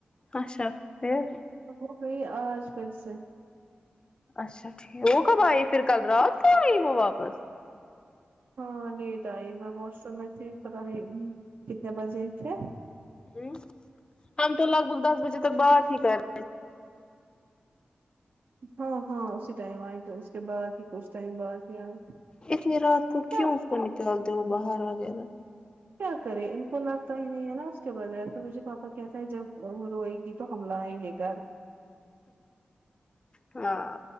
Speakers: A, on the left; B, on the right.
A: اچھا پھر
B: تو ہو گئی آج گھر سے
A: اچا ٹھیک وہ کب آئیے پھر کل رات کوآئی وہ واپس
B: ہاں لیٹ آئی میں واش روم میں تھی پاتا کتنے بجے تھے
A: ہ ہم تو لگ بھگ دس بجے تک بات ہی کر رہے
B: ہاں ہاں اسی ٹائم آئی تو اس کے بعد ہی کچھ ٹائم بعد ہی آئی
A: اتنی رات کو
B: کیا
A: کیون اس کو نکالتے وہ بہار وغیرہ
B: کیا کرے ان کو لرتا ہی نہیں ہے نا اس کے بغیر تو مجھے پاپا کہتا ہے جب روئی گی تو ہم لیں یہ گرد
A: ہاں